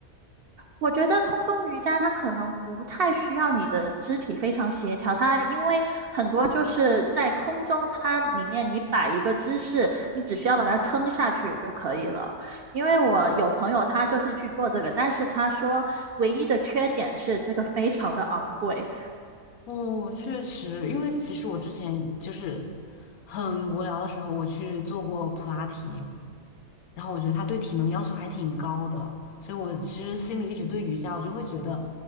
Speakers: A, on the right; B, on the left.
A: 我觉得空中瑜伽它可能不太需要你的肢体非常协调，它因为很多就是在空中，它里面你摆一个姿势，你只需要把它撑下去就可以了。因为我有朋友他就是去做这个，但是他说唯一的缺点是这个非常的昂贵。
B: <laughs> 哦，确实，因为其实我之前就是很无聊的时候，我去做过普拉提，然后我觉得他对体能要求还挺高的，所以我其实心里一直对瑜伽，我就会觉得，